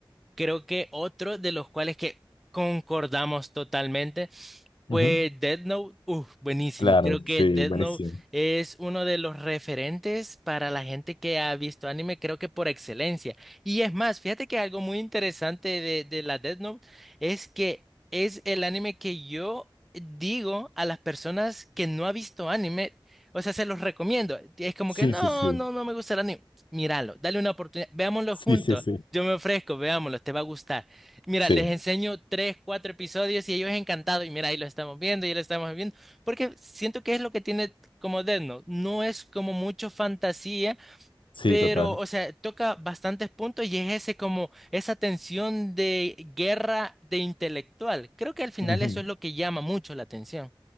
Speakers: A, in the centre; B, on the left.
A: Creo que otro de los cuales que concordamos totalmente
B: Ujú.
A: pues Death Note, uff, buenísimo.
B: Claro,
A: Creo que
B: sí,
A: Death
B: buenísimo.
A: Note es uno de los referentes para la gente que ha visto anime, creo que por excelencia. Y es más, fíjate que algo muy interesante de, de la Death Note es que es el anime que yo digo a las personas que no ha visto anime, o sea, se los recomiendo. Es como
B: Sí,
A: que no,
B: sí, sí.
A: no, no me gusta el anime. Míralo, dale una oportunidad, veámoslo
B: Sí,
A: juntos.
B: sí, sí.
A: Yo me ofrezco, veámoslo, te va a gustar. Mira,
B: Sí,
A: les enseño tres, cuatro episodios y ellos encantados. Y mira, ahí lo estamos viendo, y lo estamos viendo. Porque siento que es lo que tiene como Death Note. No es como mucho fantasía,
B: sí,
A: pero,
B: total.
A: o sea, toca bastantes puntos y es ese como esa tensión de guerra de intelectual. Creo que al final
B: Ujú.
A: eso es lo que llama mucho la atención.